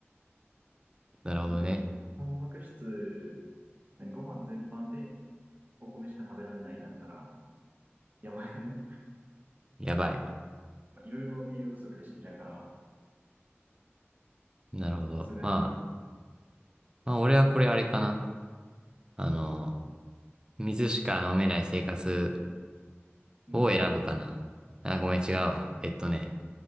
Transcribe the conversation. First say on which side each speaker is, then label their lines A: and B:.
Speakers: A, on the right (about 20°); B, on the right (about 40°).
A: なるほどね。
B: だって、タンパク質、何、ご飯全般でお米しか食べられないだったら、やばくね。
A: やばい。
B: まあいろいろ栄養不足で死んじゃうから、
A: なるほど。
B: さすがにね。
A: まあ、まあ俺はこれあれかな。あの、水しか飲めない生活
B: うん。
A: を選ぶかな。
B: じゃ
A: あ、ごめん、違うわ。えっとね、